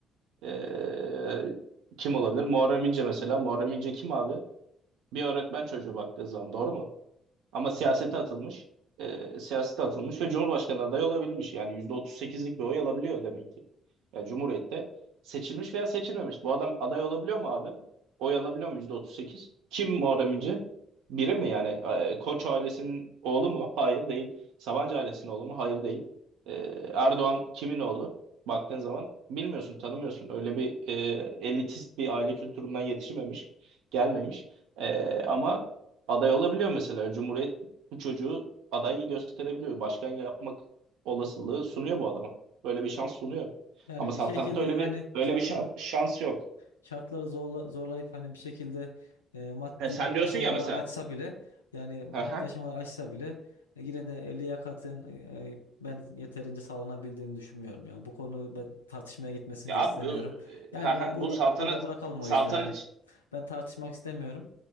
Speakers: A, on the right (about 65°); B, on the left (about 85°).
A: E, kim olabilir? Muharrem İnce mesela. Muharrem İnce kim abi? Bir öğretmen çocuğu baktığı zaman doğru mu? Ama
B: Tamam.
A: siyasete atılmış. E, siyasete atılmış ve Cumhurbaşkanı adayı olabilmiş. Yani yüzde otuz sekizlik bir oy alabiliyor demek ki. Ya Cumhuriyet'te seçilmiş veya seçilmemiş. Bu adam aday olabiliyor mu abi? Oy alabiliyor mu yüzde otuz sekiz Kim Muharrem İnce? Biri mi yani? E, Koç ailesinin oğlu mu? Hayır değil. Sabancı ailesinin oğlu mu? Hayır değil. E, Erdoğan kimin oğlu? Baktığın zaman bilmiyorsun, tanımıyorsun. Öyle bir e, elitist bir aile kültüründen yetişmemiş, gelmemiş. Ee, ama aday olabiliyor mesela. Cumhuriyet bu çocuğu aday gösterebiliyor. Başkan yapmak olasılığı sunuyor bu adama. Böyle bir şans sunuyor.
B: Yani
A: Ama saltanatta
B: bir şekilde
A: öyle
B: hani
A: bir öyle
B: şartları
A: bir şans, şans yok.
B: şartları zorla, zorlayıp hani bir şekilde e, maddi
A: He, sen diyorsun
B: aşamaları
A: ya mesela.
B: açsa bile yani maddi
A: Haha.
B: aşamaları açsa bile e, yine de liyakatın e, e, ben yeterince sağlanabildiğini düşünmüyorum ya. Bu konu ben tartışmaya gitmesini
A: Ya
B: de istemiyorum.
A: abi bu
B: Yani
A: haha,
B: burada
A: bu saltanat
B: burada bırakalım
A: saltanat.
B: o yüzden hani ben tartışmak istemiyorum.